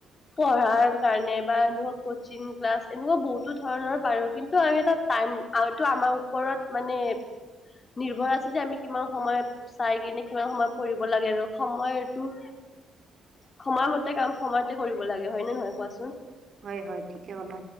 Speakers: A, on the left (about 35°); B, on the right (about 50°).
A: পঢ়াৰ কাৰণে বা এনেকুৱা কচিং ক্লাছ এনেকুৱা বহুতো ধৰণৰ পাৰো কিন্তু আমি এটা টাইম আৰু আমাৰ ওপৰত মানে নিৰ্ভয় আছে যে আমি কিমান সময়ত চাইকিনি কিমান সময় পঢ়িব লাগে আৰু সময়টো সময়মতে কাম সময়তে কৰিব লাগে হয় নে নহয় কোৱাচোন
B: হয় হয় ঠিকে কলা